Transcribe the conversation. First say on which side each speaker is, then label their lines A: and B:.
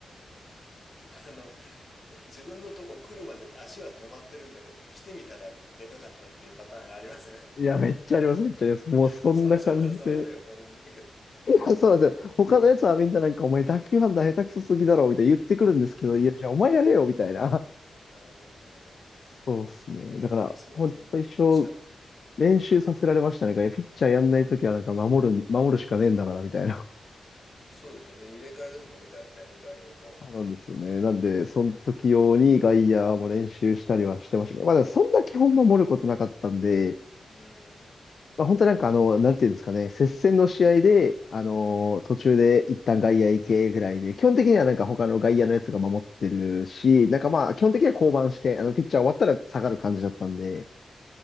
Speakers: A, on the left; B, on the left.
A: あの、自分のとこ来るまで足は止まってるんだけど、来てみたらでかかったっていうパターンありますよね。
B: いや、めっちゃあります、めっちゃあります。もうそんな感じで。
A: <laughs> そう、最初から下がれよと思うんだけど。
B: あそうなんですよ。他のやつはみんななんか、お前打球判断下手くそすぎだろ、
A: うん。
B: みたいな言ってくるんですけど、
A: うん
B: いや、じゃあお前やれよ、みたいな。<laughs>
A: なるほどね。
B: そうっすね。
A: へえ、
B: だから、
A: そう、
B: ほんと一生
A: でもピッチャーは。
B: 練習させられましたね。いやピッチャーやんないときはなんか守る、
A: うん。
B: 守るしかねえんだから、みたいな。<laughs>
A: そうですよね。入れ替えですもんね、大体ね、外野と。
B: そうなんですよね。なんで、その時用に外野も練習したりはしてましたね。まあ、でもそんな基本守ることなかったんで、
A: うーん。
B: まあ、本当になんかあの、なんていうんですかね、接戦の試合で、あのー途中で一旦外野行けぐらいで、
A: うん。
B: 基本的にはなんか他の外野のやつが守ってるし、
A: うん。
B: なんかまあ、基本的には降板して、あの、ピッチャー終わったら下がる感じだったんで、
A: うん。